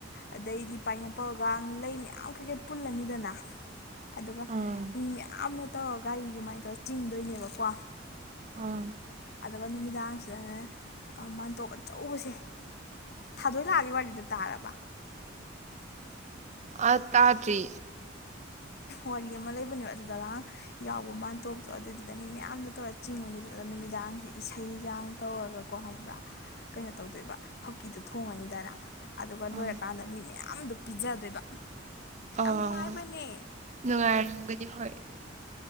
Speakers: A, on the left; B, on the right.
A: ꯑꯗꯩꯗꯤ ꯄꯥꯏꯅꯦꯄꯜꯒ ꯂꯩ ꯃꯌꯥꯝ ꯀꯩ ꯀꯩ ꯄꯨꯜꯂꯅꯤꯗꯅ ꯑꯗꯨꯒ
B: ꯑꯥ
A: ꯃꯤ ꯃꯌꯥꯝꯅ ꯇꯧꯔ ꯒꯥꯔꯤ ꯑꯗꯨꯃꯥꯏꯅ ꯇꯧꯔ ꯆꯤꯡꯗꯣꯏꯅꯦꯕꯀꯣ
B: ꯑꯥ
A: ꯑꯗꯨꯒ ꯅꯨꯃꯤꯗꯥꯡꯁꯤꯗꯅꯦ ꯃꯥꯟꯇꯣꯞ ꯑꯆꯧꯕꯁꯦ ꯊꯥꯗꯣꯏꯂꯥꯒꯤ ꯋꯥꯔꯤꯗꯨ ꯇꯥꯔꯕ
B: ꯑ ꯇꯥꯗ꯭ꯔꯤ
A: ꯋꯥꯔꯤ ꯑꯃ ꯂꯩꯕꯅꯦ ꯑꯗꯨꯗꯔ ꯌꯥꯎꯕ ꯃꯥꯟꯇꯣꯞꯇꯣ ꯑꯗꯨꯏꯗꯨꯗ ꯃꯤ ꯃꯌꯥꯝꯅ ꯇꯧꯔ ꯆꯤꯡꯉꯅꯤꯗꯨ ꯅꯨꯃꯤꯗꯥꯡꯁꯦ ꯏꯁꯩꯒ ꯇꯧꯔꯒ ꯀꯣ ꯈꯪꯕ꯭ꯔꯥ ꯀꯩꯅꯣ ꯇꯧꯗꯣꯏꯕ ꯍꯥꯎꯀꯤꯗꯨ ꯊꯣꯡꯉꯅꯤꯗꯅ ꯑꯗꯨꯒ ꯂꯣꯏꯔꯀꯥꯟꯗ
B: ꯑꯥ
A: ꯃꯤ ꯃꯌꯥꯝꯗ‌ꯣ ꯄꯤꯖꯗꯣꯏꯕ
B: ꯑꯣ
A: ꯌꯥꯝ ꯅꯨꯡꯉꯥꯏꯕꯅꯦ
B: ꯅꯨꯡꯉꯥꯏꯔꯝꯒꯅꯤ ꯍꯣꯏ